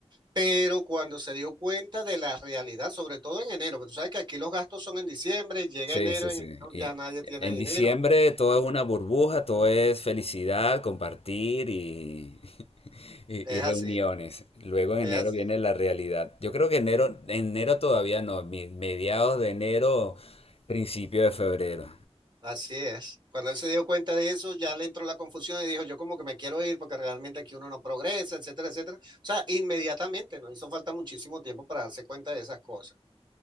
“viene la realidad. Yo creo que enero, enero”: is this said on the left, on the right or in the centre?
Left